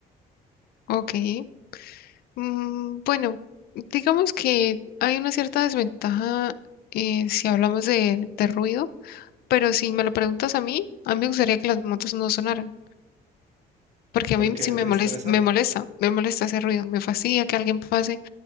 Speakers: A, on the left; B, on the right.
A: ok. Mm, bueno, digamos que hay una cierta desventaja eh, si hablamos de de ruido. pero si me lo preguntas a mí, a mí me gustaría que las motos no sonaran, porque
B: Porque
A: a mí sí me
B: te
A: molesta,
B: estresan.
A: me molesta, me molesta ese ruido, me fastidia que alguien pase